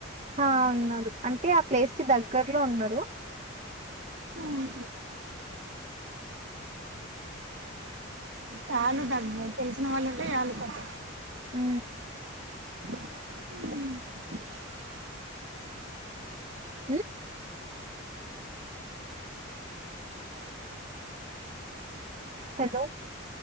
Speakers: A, on the right (about 35°); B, on the right (about 60°).
A: ఆ ఉన్నరు అంటే ఆ ప్లేస్ కి దగ్గర్లో ఉన్నరు
B: ఊహు చాలు దాన్ని తెలిసిన వాళ్ళు ఉంటే ఆలు కొంచెం
A: ఊ
B: ఊ
A: ఉ హలో